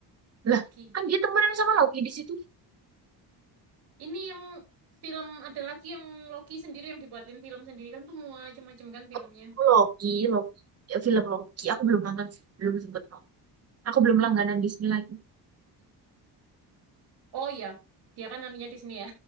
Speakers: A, on the right; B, on the right.
A: Loki.
B: Lah, kan dia temenan sama Loki di situ.
A: Ini yang film ada lagi yang Loki sendiri yang dibuatin film sendiri kan tuh macam-macam kan filmnya.
B: Oh, Loki, Loki. Ya, film Loki.
A: Mm-mm.
B: Aku belum nonton sih. Belum sempet nonton. Aku belum langganan di sini lagi.
A: Oh iya, dia kan anunya di sini ya.